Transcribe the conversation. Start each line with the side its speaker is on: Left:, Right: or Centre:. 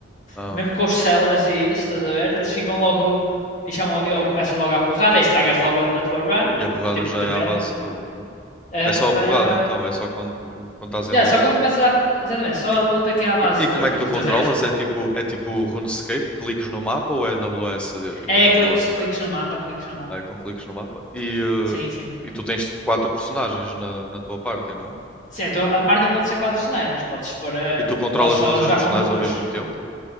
Centre: Ah,
Left: Mesmo
Centre: ok.
Left: com os sellers e isso, estás a ver? Eles ficam logo. E chamam, ou começas logo a porrada e estragas logo a, a tua run.
Centre: E a porrada
Left: Tipo,
Centre: já
Left: depende.
Centre: é à base
Left: né?
Centre: de turnos, não é?
Left: A
Centre: É só
Left: a porrada
Centre: a porrada então,
Left: é
Centre: é só quando, quando estás em
Left: Yeah,
Centre: luta.
Left: só quando começas a. Exatamente, só a luta que é à base
Centre: E,
Left: de
Centre: e como
Left: turnos.
Centre: é que tu controlas?
Left: De resto,
Centre: É tipo, é tipo RuneScape, cliques no mapa ou é W S D tipo
Left: é
Centre: a controlar
Left: cliques,
Centre: os bonecos?
Left: cliques no mapa, cliques no mapa.
Centre: Ah, É com cliques no mapa. E,
Left: Sim, sim.
Centre: eh, e tu tens quatro personagens na, na tua party, não é?
Left: Certo, a parte pode ser quatro personagens. Podes pôr a...
Centre: E tu controlas
Left: Podes só
Centre: todas as
Left: jogar
Centre: personagens
Left: com duas.
Centre: ao mesmo tempo?